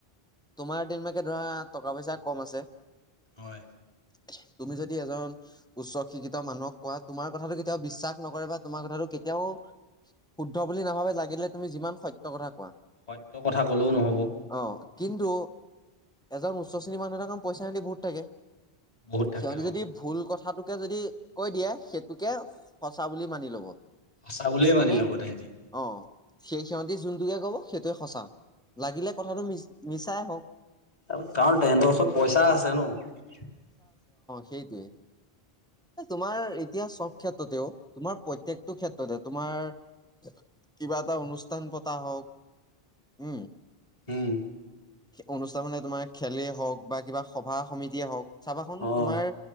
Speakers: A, in the centre; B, on the left.
A: তোমাৰ কেনেবাকে ধৰা টকা পইচা কম আছে।
B: হয়
A: <unintelligible> তুমি যদি এজন উচ্চ শিক্ষিত মানুহক কোৱা তোমাৰ কথাটো কেতিয়াও বিশ্বাস নকৰে বা তোমাৰ কথাটো কেতিয়াও শুদ্ধ বুলি নাভাবে লাগিলে তুমি যিমান সত্য কথা কোৱা
B: সত্যৰ কথা ক'লেও নহ'ব
A: অ কিন্তু এজন উচ্চ শ্ৰেণীৰ মানুহ এটাৰ পইচা আদি বহুত থাকে
B: বহুত থাকে
A: সিহঁতি
B: অ'।
A: যদি ভুল কথাটো যদি কৈ দিয়ে সেইটোকেই সঁচা বুলি মানি ল'ব।
B: সঁচা বুলিয়ে মানি
A: মানে
B: লব তেহেঁতি
A: অ সেই সিহঁতি যোনটোকে কব সেইটোৱেই সঁচা লাগিলে কথাটো মিছ মিছাই হওঁক
B: তাৰ কাৰণ তেহেঁতৰ ওচৰত পইচা আছে ন।
A: সেইটোৱেই তোমাৰ এতিয়া চব ক্ষেত্ৰতেও তোমাৰ প্ৰত্যকটো ক্ষেত্ৰতে তোমাৰ কিবা এটা অনুষ্ঠান পতা হওক উম
B: উম
A: অনুষ্ঠান হলে তোমাৰ খেলেই হওক বা কিবা সভা সমিতিয়ে হওক চাবা চোন
B: অ'।
A: তোমাৰ